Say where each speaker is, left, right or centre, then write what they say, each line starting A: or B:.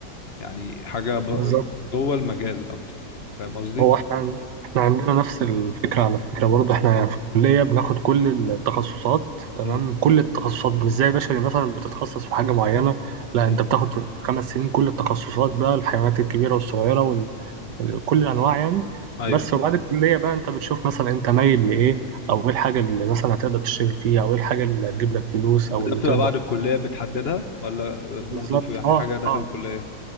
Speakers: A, on the left (about 40°); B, on the right (about 80°).
A: يعني حاجه ب... ب-
B: بالظبط
A: جوه المجال اكتر فاهم قصدي
B: هو احنا عند... احنا عندنا نفس الفكرة على فكرة برضه احنا في الكلية بناخد كل التخصصات تمام
A: امم
B: كل التخصصات مش زي بشري مثلا بتتخصص في حاجة معينة لا
A: امم
B: انت بتاخد في الخمس سنين كل التخصصات بقى الحيوانات الكبيرة والصغيرة وكل وال... ال- كل الأنواع يعني
A: ايوه
B: بس وبعد الكلية بقى انت بتشوف مثلا انت مايل لإيه أو إيه الحاجة اللي مثلا هتقدر تشتغل فيها أو إيه الحاجة اللي هتجيب لك فلوس
A: وده
B: أو اللي
A: بتبقى
B: تقدر
A: بعد الكليه بتحددها ولا
B: بالظبط
A: برضو في في
B: اه
A: حاجه داخل
B: اه
A: الكليه